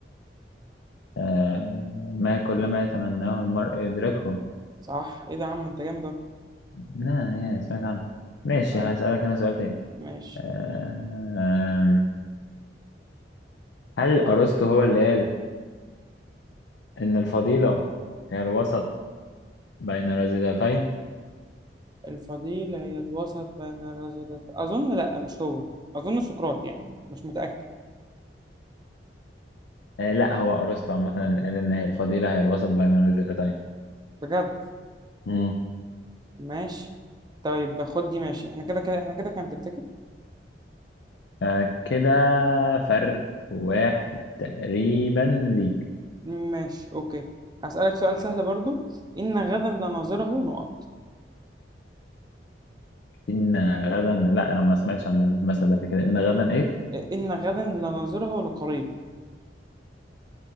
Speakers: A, on the left; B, on the right.
A: آه، ما كل ما يتمناه المرء يدركه
B: صح ايه ده يا عم انت جامد اهو
A: لا يا سمعت عنه ماشي
B: طيب.
A: هسألك انا سؤال تاني
B: ماشي
A: آه، هل أرسطو هو اللي قال إن الفضيلة هي الوسط بين الرذيلتين
B: الفضيلة هي الوسط بين رجلت أظن لأ مش هو أظن سقراط يعني مش متأكد
A: آه، لا هو أرسطو عامة اللي قال إن هي الفضيلة هي الوسط بين الرذيلتين
B: بجد
A: مم.
B: ماشي طيب خد دي ماشي احنا كده كده احنا كده كان تفتكر
A: آه، كده فرق واحد تقريبا ليك
B: ماشي أوكي هسألك سؤال سهل برضو إن غدا لناظره نقط
A: إن غدا لا أنا ما سمعتش عن المثل ده قبل كده إن غدا إيه؟
B: إن غدا لناظره لقريب